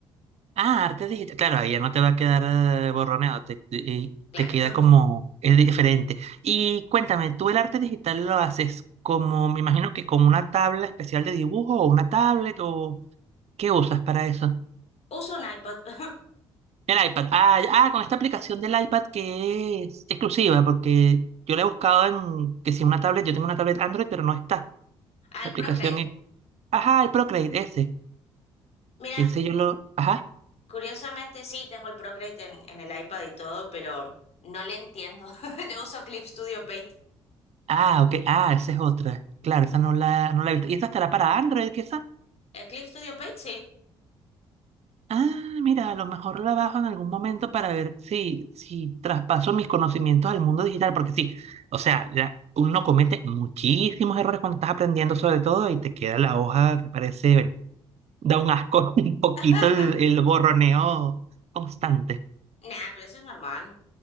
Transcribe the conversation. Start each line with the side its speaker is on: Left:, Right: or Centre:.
Right: Ah, arte digital. Claro, ahí ya no te va a quedar eh, borroneado, te, y
Left: claro.
Right: te queda como,
Left: <laughs>
Right: es diferente. Y cuéntame, ¿tú el arte digital lo haces como, me imagino que con una tabla especial de dibujo o una tablet o qué usas para eso?
Left: Uso un iPad, <laughs>
Right: El iPad. Ah, ya- ah, con esta aplicación del iPad que es exclusiva, porque yo la he buscado en, que si una tablet, yo tengo una tablet Android, pero no está.
Left: al
Right: La aplicación
Left: Procreate.
Right: es, ajá, el Procreate, ese,
Left: Mira,
Right: que sé yo lo, ajá.
Left: curiosamente sí, tengo el Procreate en, en el iPad y todo, pero no le entiendo. <laughs> Yo uso Clip Studio Paint.
Right: Ah, ok. Ah, esa es otra. Claro, esa no la, no la he visto. ¿Y esa estará para Android, quizá?
Left: El Clip Studio Paint? Sí.
Right: Ah, mira, a lo mejor la bajo en algún momento para ver si, si traspaso mis conocimientos al mundo digital, porque sí, o sea, la- uno comete muchísimos errores cuando estás aprendiendo sobre todo y te queda la hoja que parece, bueno, da un asco <laughs> un poquito
Left: <laughs>
Right: el, el borroneo constante.
Left: Nah, pero eso es normal.